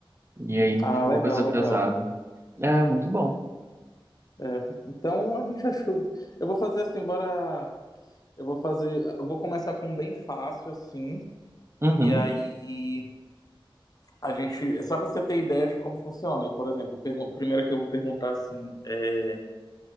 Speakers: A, on the right; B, on the left.
A: E
B: Uhum.
A: aí não
B: Ah,
A: fica
B: legal,
A: uma coisa
B: legal.
A: pesada. É muito bom.
B: É, então a gente achou. Eu vou fazer assim, bora. Eu vou fazer. Eu vou começar com um bem fácil, assim.
A: Uhum,
B: E aí a gente, só para você ter ideia de como funciona. E, por exemplo, pergun- primeira que eu vou perguntar assim, é,